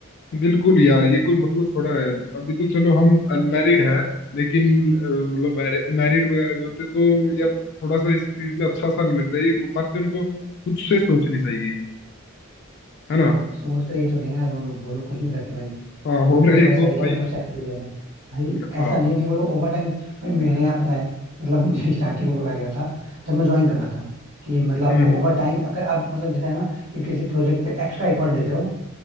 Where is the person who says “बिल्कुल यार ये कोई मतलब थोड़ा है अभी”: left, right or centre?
Left